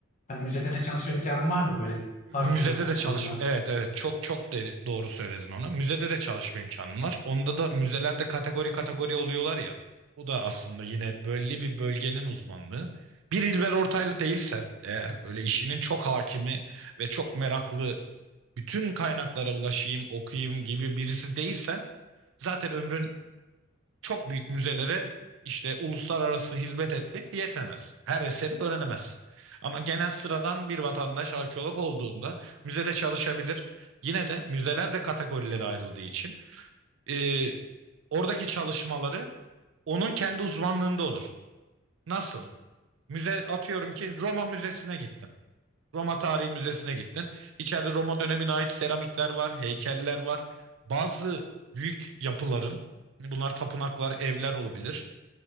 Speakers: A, on the left (about 40°); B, on the right (about 65°).
A: Hani müzede de çalışma imkanım var mı böyle arkeolog
B: Müzede
A: okuduğunda?
B: de çalışma. Evet evet çok çok dedi, doğru söyledin onu. Müzede de çalışma imkanım var. Onda da müzelerde kategori kategori oluyorlar ya. O da aslında yine belli bir bölgenin uzmanlığı. Bir İlber Ortaylı değilsen eğer böyle işinin çok hakimi ve çok meraklı bütün kaynaklara ulaşayım, okuyayım gibi birisi değilsen zaten ömrün çok büyük müzelere işte uluslararası hizmet etme yetemez. Her eseri öğrenemez. Ama genel sıradan bir vatandaş arkeolog olduğunda müzede çalışabilir. Yine de müzeler de kategorilere ayrıldığı için e, oradaki çalışmaları onun kendi uzmanlığında olur. Nasıl? Müze atıyorum ki Roma Müzesi'ne gittin. Roma Tarihi Müzesi'ne gittin. İçeride Roma dönemine ait seramikler var, heykeller var. Bazı büyük yapıların bunlar tapınaklar, evler olabilir